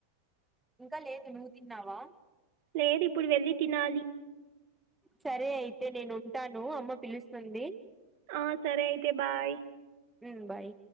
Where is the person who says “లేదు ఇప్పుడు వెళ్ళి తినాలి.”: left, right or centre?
Right